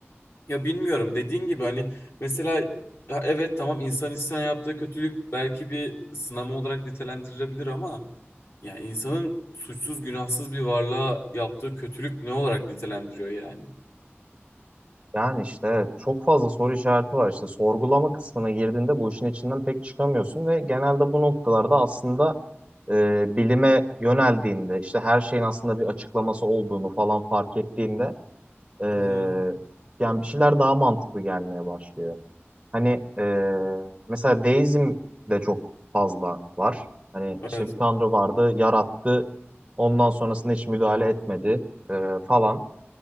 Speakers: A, on the left; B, on the right.
A: Ya bilmiyorum dediğin gibi hani mesela ya evet tamam insan insan yaptığı kötülük belki bir sınama olarak nitelendirilebilir ama ya insanın suçsuz günahsız bir varlığa yaptığı kötülük ne olarak nitelendiriyor yani?
B: Yani işte evet, çok fazla soru işareti var. İşte sorgulama kısmına girdiğinde bu işin içinden pek çıkamıyorsun ve genelde bu noktalarda aslında e, bilime yöneldiğinde işte her şeyin aslında bir açıklaması olduğunu falan fark ettiğinde e,
A: Hı hı.
B: yani bir şeyler daha mantıklı gelmeye başlıyor. Hani eee, mesela deizm de çok fazla var. Hani
A: Evet,
B: işte bir tanrı vardı, yarattı. Ondan sonrasında hiç müdahale etmedi eee, falan.